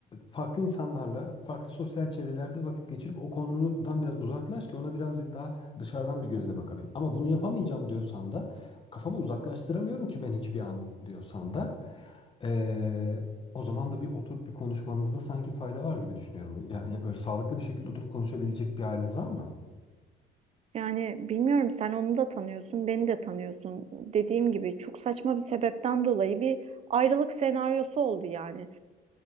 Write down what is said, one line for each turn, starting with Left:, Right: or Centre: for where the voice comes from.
Left: farklı insanlarla, farklı sosyal çevrelerde vakit geçirip o konudan biraz uzaklaş ki ona birazcık daha dışarıdan bir gözle bakabilin. Ama bunu yapamayacağım diyorsan da kafamı uzaklaştıramıyorum ki ben hiçbir an diyorsan da. Ee, o zaman da bir oturup bir konuşmanızda sanki fayda var gibi düşünüyorum. Yani, yani öyle sağlıklı bir şekilde oturup konuşabilecek bir haliniz var mı?
Right: Yani bilmiyorum sen onu da tanıyorsun, beni de tanıyorsun. Dediğim gibi çok saçma bir sebepten dolayı bir ayrılık senaryosu oldu yani.